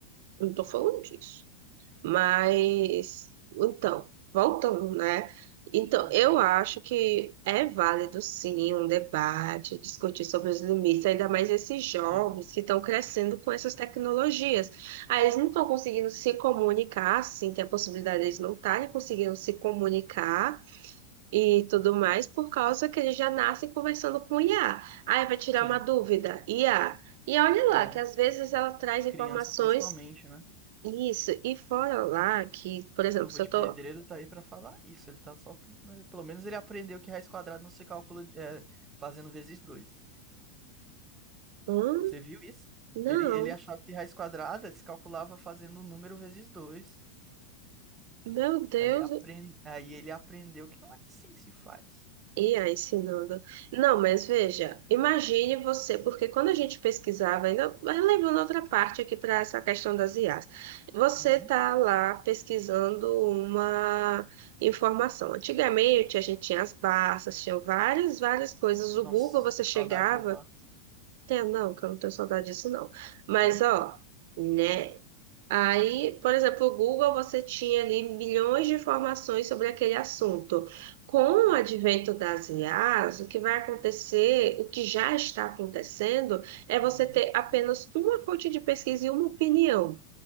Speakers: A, on the right; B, on the right.
A: eu não tô falando disso. Mas, então, voltando, né? Então,
B: Uhum,
A: eu acho que é válido, sim, um debate, discutir sobre os limites, ainda mais esses jovens
B: sim,
A: que estão crescendo com essas tecnologias. Aí eles não estão conseguindo se comunicar, sim, tem a possibilidade de eles não estarem conseguindo se comunicar e tudo mais, por causa que eles já nascem conversando com IA. Aí vai tirar
B: sim,
A: uma dúvida, IA. E olha lá,
B: é,
A: que às vezes ela traz
B: as
A: informações
B: crianças principalmente, né?
A: isso, e fora lá que, por exemplo,
B: Luva
A: se
B: de
A: eu tô.
B: Pedreiro tá aí pra falar isso, ele tá só, por- eh, pelo menos ele aprendeu que raiz quadrada não se calcula eh, fazendo vezes dois.
A: Hum?
B: Você viu isso?
A: Não,
B: Ele, ele achava que raiz quadrada se calculava fazendo o número vezes dois.
A: meu Deus.
B: Aí ele, aprend... aí ele aprendeu que não é assim que se faz.
A: E aí, ensinando. Não, mas veja, imagine você, porque quando a gente pesquisava, ainda vai levando outra parte aqui para essa questão das IAs. Você
B: Uhum.
A: tá lá pesquisando uma informação. Antigamente a gente tinha as barças, tinha várias, várias coisas. O
B: Nossa,
A: Google você
B: que
A: chegava,
B: saudade das bases.
A: tem, não, que eu não tenho saudade disso, não. Mas
B: Ah, eu tenho,
A: ó. Né? Aí, por exemplo, o Google você tinha ali milhões de informações sobre aquele assunto. Com
B: sim.
A: o advento das IAs, o que vai acontecer, o que já está acontecendo, é você
B: Uhum.
A: ter apenas uma fonte de pesquisa e uma opinião.